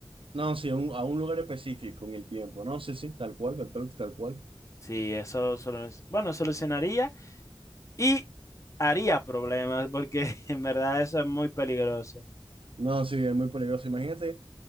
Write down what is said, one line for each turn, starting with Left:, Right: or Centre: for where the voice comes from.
Right: No, sí, a un, a un lugar específico en el tiempo. No, sí, sí, tal cual, tal, tal cual.
Left: Sí, eso solo, bueno, solucionaría y haría problemas porque <laughs> en verdad eso es muy peligroso.
Right: No, sí, es muy peligroso. Imagínate.